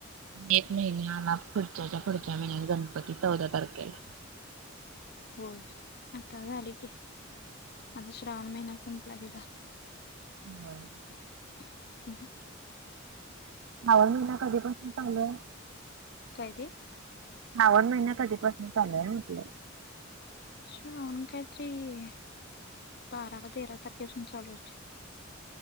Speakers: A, on the right; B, on the left.
A: एक महिन्या आला पुढच्याच्या पुढच्या महिन्यात गणपती चौदा तारखेला.
B: होय आता झाले की, आता श्रावण महिना संपला की झाला.
A: होय
B: हम्म
A: श्रावण महिना कधीपासून चालू आहे?
B: काय ते
A: श्रावण महिन कधीपासून चालूय म्हटलं.
B: श्रावण काय तरी बारा का तेरा तारखे पासुन चालू आहे.